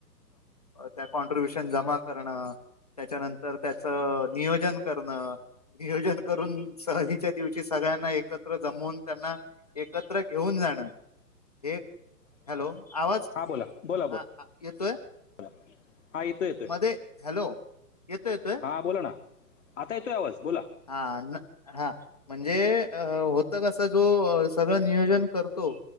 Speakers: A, on the left; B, on the left.
A: त्या कॉन्ट्र्रीब्युशन जमा करणं त्याच्यानंतर त्याचं नियोजन करणं नियोजन करून सहलीच्या दिवशी सगळ्यांना एक एकत्र जमवून त्यांना एकत्र घेऊन जाणं हे हॅलो आवाज
B: हा बोला बोला
A: हा
B: बोला
A: येतोय.
B: <inaudible> हा येतोय येतोय
A: मध्ये हॅलो येतोय येतोय
B: हा बोला ना आता येतोय आवाज बोला
A: हा हा म्हणजे अ होत कसं जो सगळं नियोजन करतो,